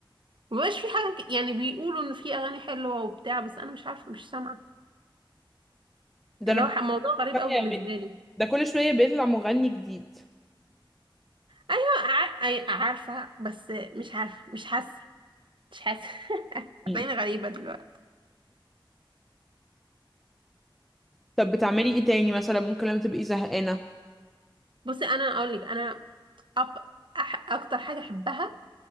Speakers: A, on the right (about 65°); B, in the centre.
A: مبقاش في حاجه ك- يعني بيقولوا ان في اغاني حلوه وبتاع بس انا مش عارفه مش سامعه
B: ده
A: اللي
B: انا
A: هو ح- موضوع غريب
B: بكل
A: أوي
B: شويه
A: بالنسبه
B: بي...
A: لي
B: ده كل شويه بيطلع مغني جديد
A: ايوه ع- أي- عارفه بس مش عارفه مش حاسه مش حاسه <laughs> هتلاقيني
B: مم.
A: غريبه دلوقتي
B: طب بتعملي ايه تاني مثلا ممكن لما تبقي زهقانه
A: بصي انا اقول لك انا أب... أح... اكتر حاجه احبها